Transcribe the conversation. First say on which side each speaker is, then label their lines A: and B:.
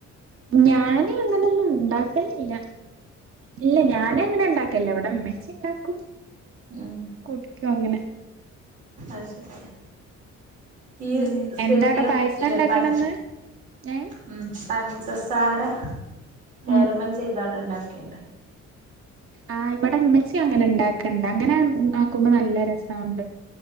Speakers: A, on the right; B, on the right.
A: ഞാന് അങ്ങനൊന്നും ഉണ്ടാക്കുന്നില്ല ഇല്ല ഞാന അങ്ങനെ ഉണ്ടാക്കല്ലോ അവിടെ ഇ മ്മച്ച ഉണ്ടാക്കും
B: ഉം
A: കുടിക്കും അങ്ങനെ
B: അത് ശരി ഈ
A: ഉം
B: സെമിയ
A: എന്താ അവിടെ പായസം
B: ലെപ്പാൻ
A: ഉണ്ടാക്കണന്ന് ഏ
B: ഉം പഞ്ചസാര കേരമൽ
A: ഉം
B: ചെയ്താണ്ട് ഇണ്ടാക്കിയണ്ട്
A: ആ ഇവിടെ മച്ച അങ്ങനെ ഉണ്ടാക്കണ്ട് അങ്ങനെ ആക്കുമ്പോ നല്ല രസമുണ്ട്